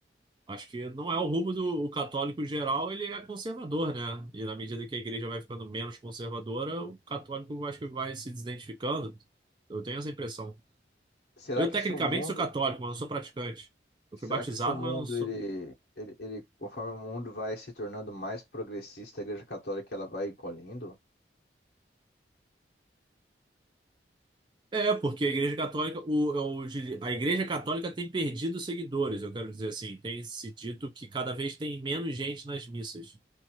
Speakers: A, on the right (about 25°); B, on the left (about 65°).
A: acho que não é o rumo do o católico em geral, ele é conservador, né? E na medida que a igreja vai ficando menos conservadora, o católico acho que vai se desidentificando. Eu tenho essa impressão.
B: Será
A: Eu,
B: que
A: tecnicamente,
B: se o mundo,
A: sou católico, mas não sou praticante. Eu
B: Será
A: fui batizado,
B: que se o mundo
A: mas não sou.
B: ele, ele, ele- conforme o mundo vai se tornando mais progressista, a Igreja Católica ela vai encolhendo?
A: É, porque a Igreja Católica, o, eu diria- a Igreja Católica tem perdido seguidores, eu quero dizer assim. Tem se dito que cada vez tem menos gente nas missas.